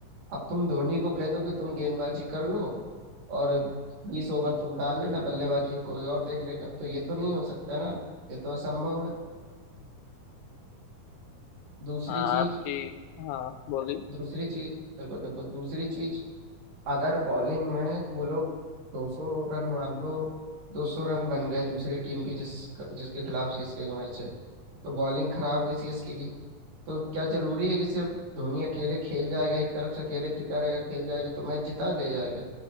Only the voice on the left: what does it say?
हाँ
आपकी हाँ बोलिए